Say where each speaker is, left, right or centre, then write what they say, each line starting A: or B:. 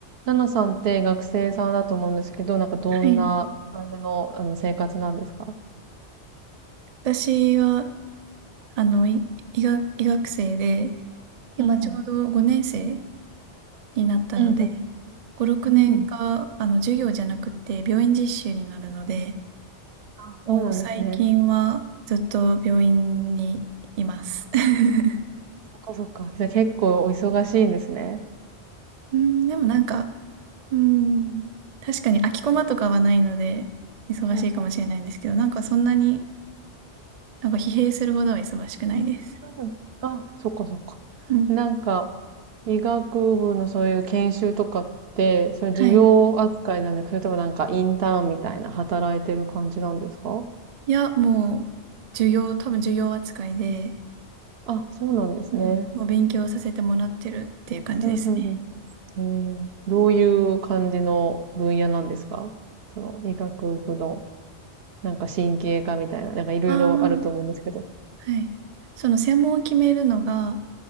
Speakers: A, on the right; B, on the right.
A: ナナさんって学生さんだと思うんですけど、なんかどんな感じの、
B: はい。
A: あの生活なんですか
B: 私は、あの、い医学、医学生で、今ちょうど5年
A: うん
B: 生になったので、
A: うんうん。
B: 5、6年が、
A: うん。うん
B: あの、授業じゃなくて、病院実習になるので、
A: あ、
B: もう最近はずっと病院にいます。
A: そうなんですね。
B: <laughs>
A: そっかそっか。じゃあ結構お忙しいんですね。
B: うん、でもなんか、うん、確かに空きコマとかはないので、忙しいかもしれないんですけど、
A: うんうん
B: なんかそんなに、なんか疲弊するほどは忙しくないです。
A: うんうん。あ、そっかそっか。
B: うん。
A: なんか、医学部のそういう研修とかって、そういう授業扱いなんですかそれともなんかインターンみたいな働いてる感じなんですか
B: はい。いや、もう、授業、多分授業扱いで、
A: あ、そうなんですね。
B: うん。もう勉強させてもらってるっていう感じですね。
A: うんうんうん。へえ、どういう感じの分野なんですかその医学部の、なんか神経科みたいな、なんかいろいろあると思うんですけど。
B: ああ、はい。その専門を決めるのが、